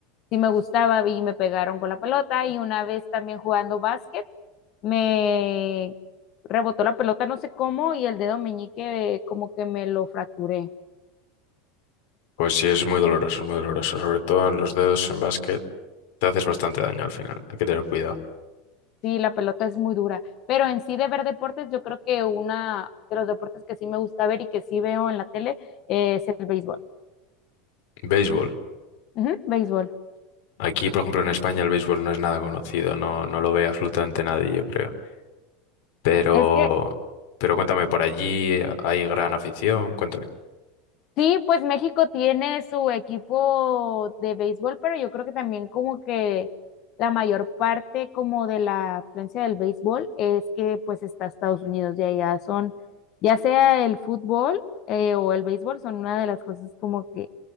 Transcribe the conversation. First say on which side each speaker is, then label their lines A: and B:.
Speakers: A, on the left; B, on the left.
A: sí me gustaba y me pegaron con la pelota y una vez también jugando básquet me rebotó la pelota no sé cómo y el dedo meñique eh, como que me lo fracturé.
B: Pues sí, es muy doloroso, es muy doloroso. Sobre todo en los dedos en básquet, te haces bastante daño al final. Hay que tener cuidado.
A: Sí, la pelota es muy dura, pero en sí de ver deportes, yo creo que una de los deportes que sí me gusta ver y que sí veo en la tele eh, es el béisbol.
B: Béisbol.
A: Ujú, béisbol.
B: Aquí, por ejemplo, en España el béisbol no es nada conocido, no, no lo ve absolutamente nadie, yo creo. Pero,
A: Es que
B: pero cuéntame, ¿por allí hay gran afición? Cuéntame.
A: sí, pues México tiene su equipo de béisbol, pero yo creo que también como que la mayor parte como de la afluencia del béisbol es que pues está Estados Unidos y allá son, ya sea el fútbol eh, o el béisbol, son una de las cosas como que